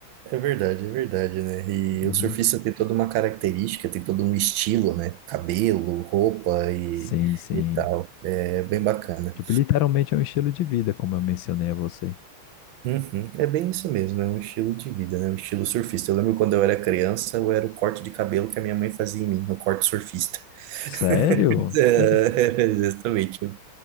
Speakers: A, on the right (about 75°); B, on the left (about 75°).
A: É verdade, é verdade, né? E
B: Uhum.
A: o surfista tem toda uma característica, tem todo um estilo, né? Cabelo, roupa e,
B: Sim, sim.
A: e tal. É bem bacana.
B: Tipo, literalmente é um estilo de vida, como eu mencionei a você.
A: Uhum, É bem isso mesmo, é um estilo de vida, né? Um estilo surfista. Eu lembro quando eu era criança, eu era o corte de cabelo que a minha mãe fazia em mim, o corte surfista.
B: Sério?
A: <laughs> É,
B: Interessante.
A: exatamente. Eu